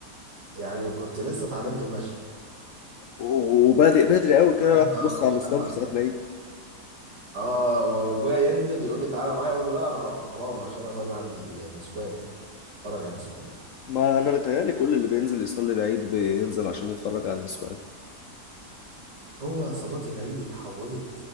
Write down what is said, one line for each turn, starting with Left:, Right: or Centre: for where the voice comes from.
Right: يعني كنت لسه اتعلمت المشي
Left: و- وبادئ بدري قوي كده
Right: احب
Left: راح تبص
Right: اروح
Left: على النسوان
Right: انا
Left: في صلاه العيد
Right: اه وابويا ينزل يقول لي تعالى معايا اقول له لا انا هروح مع ماما عشان اصلي عند ال- النسوان اتفرج على النسوان
Left: ما انا متهيألي كل اللي بينزل يصلي العيد بينزل عشان يتفرج على النسوان
Right: هو صلاه العيد اتحولت